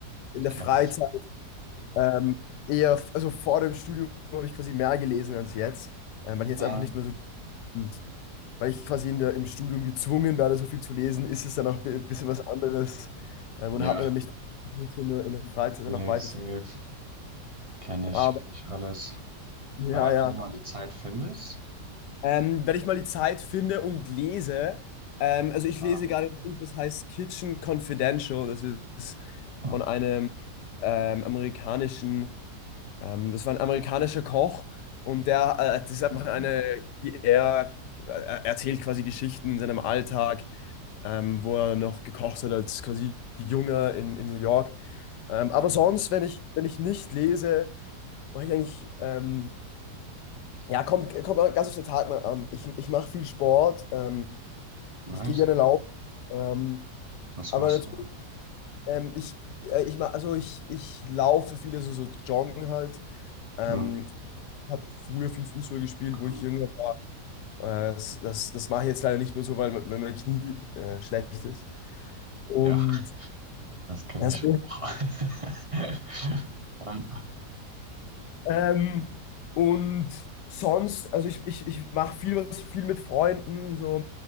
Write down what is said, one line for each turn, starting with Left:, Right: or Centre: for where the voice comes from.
Left: in der
Right: kenne
Left: Freizeit
Right: ich.
Left: Ähm, eher, also vor dem Studium habe ich quasi mehr gelesen als jetzt, ähm, weil ich jetzt
Right: Hm.
Left: einfach nicht mehr so, und weil ich quasi in der, im Studium gezwungen werde, so viel zu lesen, ist es dann auch ein bisschen was anderes ähm,
Right: Ja.
Left: und hat man dann nicht in der, in der Freizeit dann
Right: Safe,
Left: auch weiter
Right: safe.
Left: zu
Right: Kenne ich,
Left: Aber
Right: kenn ich alles.
Left: ja,
Right: Aber
Left: ja.
Right: wenn du mal die Zeit findest,
Left: Ähm, wenn ich mal die Zeit finde und lese, ähm, also ich
Right: ah,
Left: lese gerade ein Buch, das heißt Kitchen Confidential, das ist
Right: oh,
Left: von einem ähm, amerikanischen Ähm, das war ein amerikanischer Koch und der, äh, das ist einfach
Right: oh,
Left: eine, er, äh, er erzählt quasi Geschichten in seinem Alltag, ähm, wo er noch gekocht hat als quasi Junger in, in New York. Ähm, aber
Right: oh,
Left: sonst, wenn ich, wenn ich nicht lese, mache ich eigentlich,
Right: oh,
Left: ähm, ja, kommt, kommt ganz auf den Tag mal an. Ich, ich mache viel Sport, ähm,
Right: nice.
Left: ich gehe gerne laufen, ähm,
Right: Was
Left: aber
Right: machst
Left: natürlich,
Right: du?
Left: ähm, ich, äh, ich, ma- also ich, ich laufe viele so, so joggen halt. Ähm,
Right: Hm,
Left: habe früher viel Fußball gespielt,
Right: okay.
Left: wo ich jünger war. Äh, das das, das mache ich jetzt leider nicht mehr so, weil, mein- weil mein Knie äh, schlecht ist. Und
Right: Ja, das kenne
Left: das
Right: ich
Left: <laughs>
Right: noch. <laughs> Ähm,
Left: ähm, und sonst, also ich, ich, ich mache viel was viel mit Freunden. So,